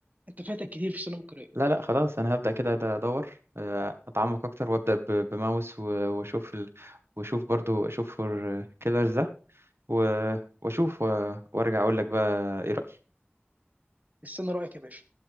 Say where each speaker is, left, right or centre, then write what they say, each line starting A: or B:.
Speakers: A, on the right; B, on the right.
A: انت فاتك كتير في السينما الكوريه
B: لا لا خلاص انا هبدأ كده ده ادور آه، اتعمق اكتر وابدأ ب- بماوس و- واشوف ال... واشوف برضو اشوف فور كيلرز ده و... واشوف و... وارجع اقول لك بقى ايه رأيي
A: استنى رايك يا باشا